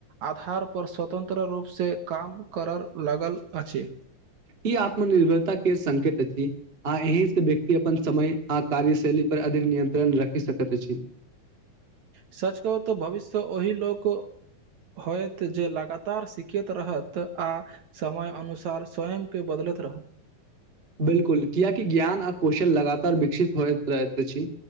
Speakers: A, on the right; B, on the right.
A: आधार पर स्वतंत्र रूपसँ काम करय लगल अछि
B: ई आत्मनिर्भरता के संकेत अछि आ एहि से व्यक्ति अपन समय आ कार्यशैली पर अधिक नियंत्रण रखि सकैत अछि
A: सच कहू तऽ भविष्य ओहि लोक होयत जे लगातार सिखैत रहत आ समय अनुसार स्वयंके बदल लैत रहत
B: बिल्कुल कियकि ज्ञान आ कौशल लगातार विकसित होइत रहैत अछि